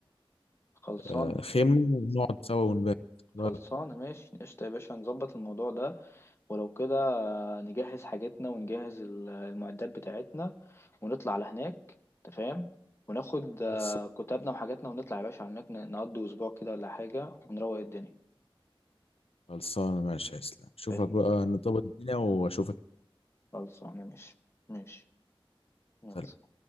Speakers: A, on the left (about 25°); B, on the left (about 80°).
A: خلصان
B: آه، خيمة ونقعد سوا ونبات
A: خلصانة
B: إيه رأيك؟
A: ماشي قشطة يا باشا نظبط الموضوع ده ولو كده نجهز حاجتنا ونجهز ال- المعدات بتاعتنا ونطلع على هناك تفهم وناخد آه،
B: خلص-
A: كتابنا وحاجاتنا ونطلع يا باشا على هناك ن- نقضي أسبوع كده ولا حاجة ونروق الدنيا
B: خلصانة ماشي يا اسلام أشوفك
A: فاهمني
B: بقى نظبط الدنيا وأشوفك
A: خلصانة ماشي ماشي يلا
B: سلام